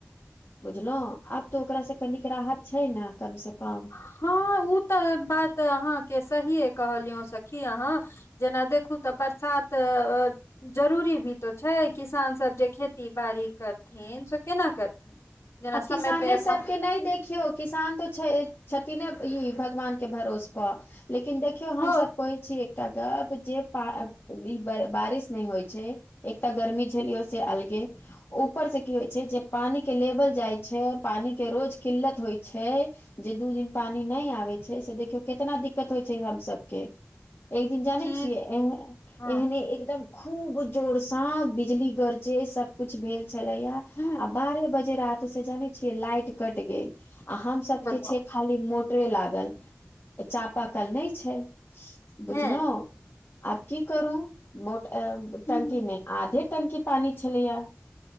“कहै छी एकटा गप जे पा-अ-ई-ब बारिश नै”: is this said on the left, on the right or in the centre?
Left